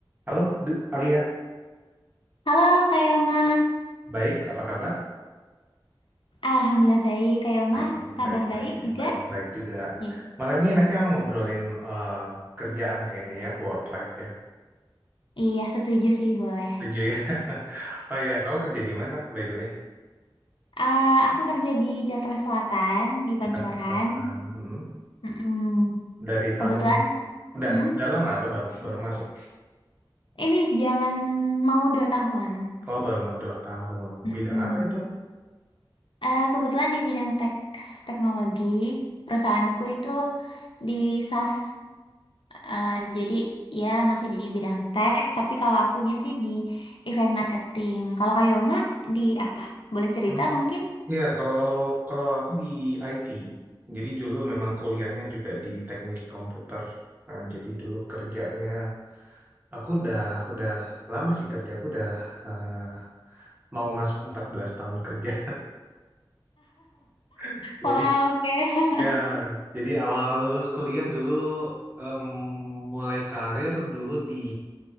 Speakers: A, on the right; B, on the left.
A: Halo, Du- Alia.
B: Halo Kak Yoma,
A: Baik, apa kabar?
B: Alhamdulillah baik Kak Yoma,
A: Baik, baik,
B: kabar
A: baik,
B: baik
A: baik,
B: juga?
A: baik, baik juga.
B: Iya,
A: Malam ini enaknya ngobrolin eh, kerjaan kayaknya ya, work life ya.
B: Iya, setuju sih boleh.
A: Setuju ya? <laughs> Oh iya, kamu kerja di mana, by the way?
B: Eh, aku kerja di Jakarta Selatan, di Pancoran.
A: Jakarta Selatan. Mm-mm.
B: Mm-mm.
A: Dari
B: Kebetulan,
A: tahun, udah,
B: mm-mm.
A: udah lama atau baru baru masuk?
B: Ini jalan mau dua tahun.
A: Oh, baru mau dua tahun.
B: Mm-mm.
A: Bidang apa itu?
B: Eh, kebetulan di bidang tek teknologi, perusahaanku itu di SaaS. Eh, jadi ya masih di bidang tech, tapi kalau akunya sih di event marketing. Kalau Kayoma di apa? Boleh cerita
A: Hmm.
B: mungkin?
A: Iya, kalau kalau aku di IT, jadi dulu memang kuliahnya juga di teknik komputer. Nah, jadi dulu kerjanya Aku udah udah lama sih kerja, aku udah eh, mau masuk 14 tahun kerja. <laughs>
B: Wow,
A: Jadi
B: oke. <laughs>
A: ya, jadi awal lulus kuliah dulu em, mulai karir dulu di